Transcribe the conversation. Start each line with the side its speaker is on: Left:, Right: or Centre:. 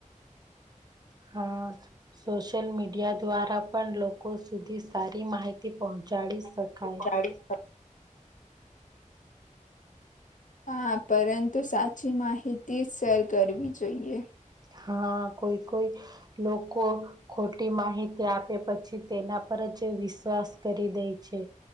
Right: હા સોશિયલ મીડિયા દ્વારા પણ લોકો સુધી સારી માહિતી પહો ચાડી શકાય.
Left: <inaudible> હા પરંતુ સાચી માહિતી જ શેર કરવી જોઈએ.
Right: હા કોઈ કોઈ લોકો ખોટી માહિતી આપે પછી તેના પર જ વિશ્વાસ કરી દે છે.